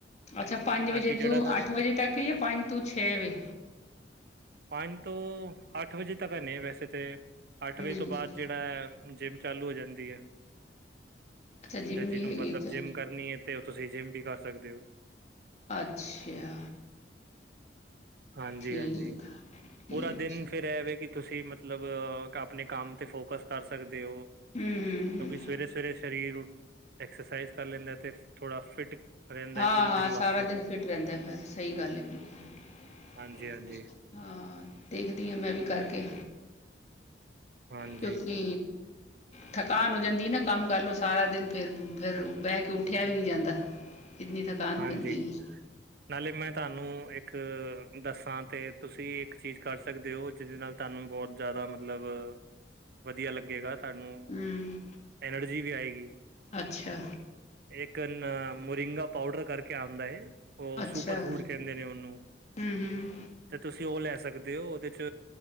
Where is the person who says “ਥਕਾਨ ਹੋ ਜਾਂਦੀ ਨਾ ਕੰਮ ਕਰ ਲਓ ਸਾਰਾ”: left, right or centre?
Left